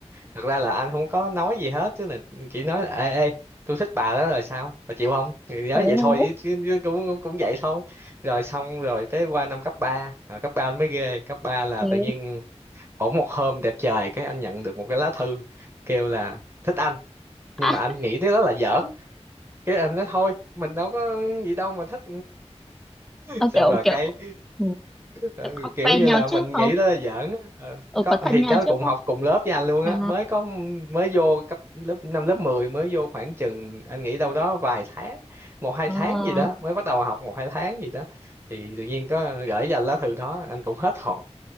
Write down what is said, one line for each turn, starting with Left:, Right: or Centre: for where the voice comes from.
Right: thật ra là anh không có nói gì hết chứ là chỉ nói là ê ê tôi thích bà đó rồi sao bà chịu không Thì nói
Centre: ồ,
Right: vậy thôi chứ, chứ, chứ cũng cũng vậy thôi rồi xong rồi tới qua năm cấp ba cấp ba anh mới ghê cấp 3 là
Centre: ồ.
Right: tự nhiên bỗng một hôm đẹp trời cái anh nhận được một cái lá thư kêu là thích anh nhưng
Centre: <laughs>
Right: mà anh nghĩ cái đó là giỡn cái anh nói thôi mình đâu có gì đâu mà thích <laughs>
Centre: Ờ,
Right: xong
Centre: kiểu
Right: rồi
Centre: kiểu
Right: cái
Centre: ừ,
Right: ừ,
Centre: có
Right: kiểu
Centre: quen
Right: như
Centre: nhau
Right: là mình
Centre: trước không?
Right: nghĩ đó là giỡn á. Ờ,
Centre: Ừ,
Right: có
Centre: có thân
Right: thì
Centre: nhau
Right: đó
Centre: trước
Right: cùng
Centre: không?
Right: học cùng lớp với anh luôn
Centre: À,
Right: á mới có mới vô cấp lớp năm lớp 10 mới vô khoảng chừng anh nghĩ đâu đó vài tháng một hai
Centre: à.
Right: tháng gì đó mới bắt đầu học một hai tháng gì đó thì tự nhiên có gửi cho anh lá thư đó anh cũng hết hồn